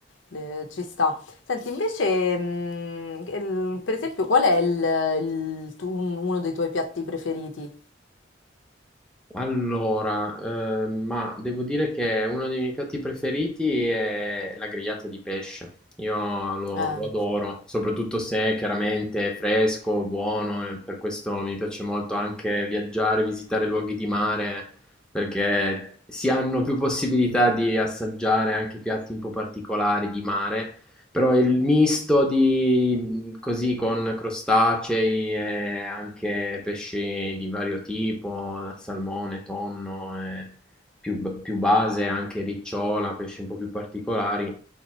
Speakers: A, on the left; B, in the centre.
A: le- Ci sta. Senti, invece, mh, il- per esempio, qual è il, il tu- un- uno dei tuoi piatti preferiti?
B: Allora, eh, ma devo dire che uno dei miei piatti preferiti è la grigliata di pesce. Io lo,
A: Eh.
B: lo adoro, soprattutto se chiaramente è fresco, buono, e per questo mi piace molto anche viaggiare, visitare luoghi di mare, perché si hanno più possibilità di assaggiare anche piatti un po' particolari di mare però il misto di così con crostacei e anche pesci di vario tipo, da salmone, tonno, e più, più base, anche ricciola, pesci un po' più particolari,